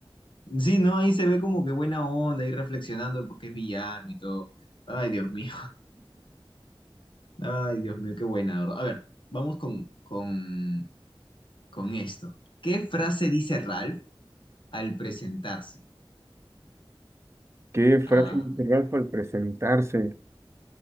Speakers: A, on the left; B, on the right.
A: Sí, no, ahí se ve como que buena onda, ahí reflexionando de por qué es villano y todo. Ay, Dios mío. <laughs> Ay, Dios mío, qué buena, de ¿verdad? A ver, vamos con, con, con esto. ¿Qué frase dice Ralph al presentarse?
B: ¿Qué frase
A: Ah.
B: dice Ralph al presentarse?